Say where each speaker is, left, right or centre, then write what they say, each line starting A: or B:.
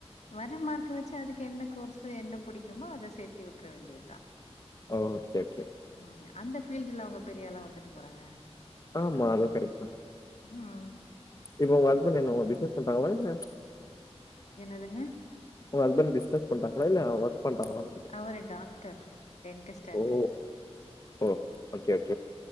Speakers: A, on the left (about 85°); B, on the left (about 35°).
A: வர மார்க் வச்சு அதுக்கு என்ன கோர்ஸ் என்ன புடிக்குமோ அதை சேர்த்தி விட்டுற வேண்டியதுதா
B: ஓ சேரி சேரி
A: ம் அந்த பீல்டுல அவுங்க பெரிய ஆளா வந்துட்டு போறாங்க
B: ஆமா அது கரைட்டு தா
A: ஆ
B: இப்ப உங்க ஹஸ்பன்ட் என்ன ஒ பிசினஸ் பண்றாங்களா இல்ல
A: என்னதுங்க
B: உங்க ஹஸ்பண்ட் பிஸ்னஸ் பண்றாங்களா இல்ல ஒர்க் பண்றாங்களா
A: அவரு டாக்டர் டென்டிஸ்டா
B: ஓ
A: இருக்காரு
B: ஓ ஓகே ஓகே